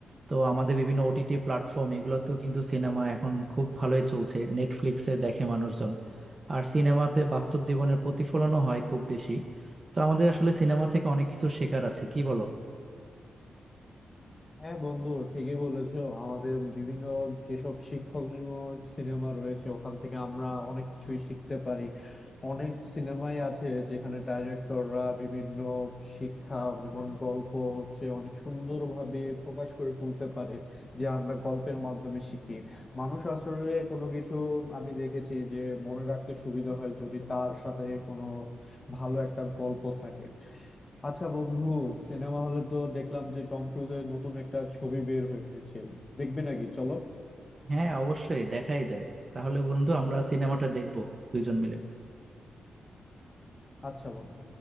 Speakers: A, on the right; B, on the left.
A: তো আমাদের বিভিন্ন ওটিটি প্ল্যাটফর্ম এগুলোতেও কিন্তু সিনেমা এখন খুব ভালোই চলছে নেটফ্লিক্সে দেখে মানুষজন আর সিনেমাতে বাস্তব জীবনের প্রতিফলনও হয় খুব বেশি তো আমাদের আসলে সিনেমা থেকে অনেক কিছু শেখার আছে কি বলো
B: হ্যাঁ বন্ধু ঠিকই বলেছো আমাদের বিভিন্ন যেসব শিক্ষণীয় সিনেমা রয়েছে ওখান থেকে আমরা অনেক কিছুই শিখতে পারি অনেক সিনেমাই আছে যেখানে ডাইরেক্টররা বিভিন্ন শিক্ষা এবং গল্প হচ্ছে অনেক সুন্দরভাবে প্রকাশ করে তুলতে পারে যে আমরা গল্পের মাধ্যমে শিখি মানুষ আসলে কোনো কিছু আমি দেখেছি যে মনে রাখতে সুবিধা হয় যদি তার সাথে কোনো ভালো একটা গল্প থাকে আচ্ছা বন্ধু সিনেমা হলে তো দেখলাম যে টম ক্রুজের নতুন একটা ছবি বের হয়েছে দেখবে নাকি চলো
A: হ্যাঁ অবশ্যই দেখাই যায় তাহলে বন্ধু আমরা সিনেমাটা দেখবো দুইজন মিলে
B: আচ্ছা বন্ধু